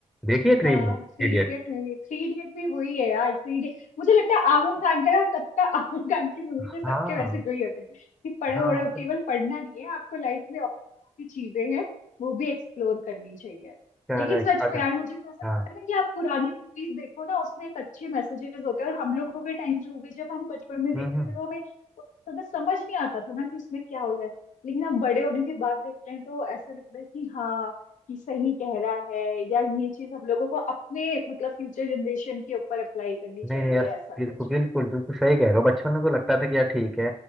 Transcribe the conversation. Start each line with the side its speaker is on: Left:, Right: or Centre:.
Centre: देखिए थ्री
Left: हाँ three
Centre: इडियट
Left: idiot movie three idiot भी वही है यार थ्री इडियट मुझे लगता है आमिर खान का ना सबका आमिर खान की मूवी
Centre: हाँ
Left: के सबके वैसे जो ही होते हैं कि पढ़ो
Centre: हाँ
Left: वढ़ो
Centre: मतलब
Left: केवल पढ़ना नहीं है आपको लाइफ में और भी काफी चीजें हैं वो भी एक्सप्लोर करनी चाहिए
Centre: करेक्ट
Left: लेकिन सच
Centre: अगर
Left: में यार मुझे तो ऐसा लगता
Centre: हाँ
Left: है ना कि आप पुरानी मूवीज देखो ना उसमें एक अच्छे मैसेजेस होते हैं और हम लोगों के टाइम की मूवी जब हम बचपन में देखते
Centre: हम्म हम्म
Left: थे तो हमें उतना ज्यादा समझ नहीं आता था ना कि उसमें क्या हो रहा है लेकिन अब बड़े होने के बाद देखते हैं तो ऐसा लगता है कि हाँ कि सही कह रहा है या ये चीज हम लोगों को अपने मतलब फ्यूचर जनरेशन के ऊपर अप्लाई करनी
Centre: नहीं
Left: चाहिए
Centre: नहीं यार
Left: ऐसा कुछ
Centre: बिल्कुल बिल्कुल बिल्कुल सही कह रहे हो बचपन में तो लगता था कि यार ठीक है